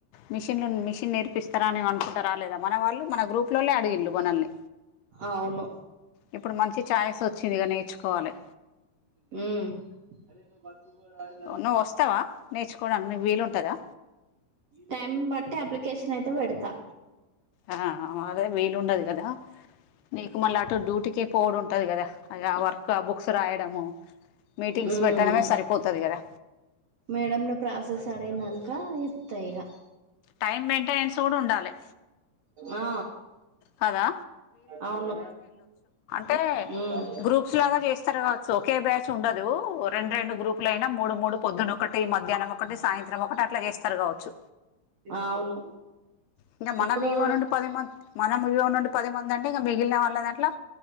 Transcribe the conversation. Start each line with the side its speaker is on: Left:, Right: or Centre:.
Left: మిషన్ నుండి మిషన్ పిస్తారాని అనుకుంటారా లేదా మన వాళ్ళు మన గ్రూప్ లోనే అడిగిళ్ళు మనల్ని
Right: అవును
Left: ఇప్పుడు మంచి ఛాయస్ వచ్చిందిగా నేర్చుకోవాలి
Right: ఆ <inaudible>
Left: నువ్వు వస్తావా నేర్చుకోవడానికి నీకు వీలు ఉంటుందా
Right: టైమ్ని బట్టి అప్లికేషన్ అయితే పెడతా
Left: ఆ అదే వీలుండదు కదా నీకు మళ్ళీ అటు డ్యూటీకి పోడం ఉంటది కదా ఆ వర్క్ ఆ బుక్స్ రాయడము మీటింగ్స్
Right: ఉమ్
Left: పెట్టడమే సరిపోతది కదా
Right: మేడంను ప్రాసెస్ అడిగినంక చెప్తా ఇగ
Left: టైం మెయింటెనెన్స్ కూడా ఉండాలి
Right: ఆ
Left: కదా
Right: <inaudible> అవును
Left: టే
Right: ఉమ్
Left: గ్రూప్స్ లాగా చేస్తారు కావచ్చు ఒకే బ్యాచ్ ఉండదు రెండు రెండు గ్రూప్ ట్లయినా మూడు మూడు పొద్దులు ఒకటి మధ్యాహ్నం ఒకటి సాయంత్రం ఒకటి అట్లా చేస్తారు కావచ్చు
Right: అవును
Left: <inaudible> ఇంకా మనం
Right: ఇప్పుడు
Left: వివో నుండి పది మంది మనం వివో నుండి పది మంది అంటే ఇంకా మిగిలిన వాళ్ళ దాంట్లో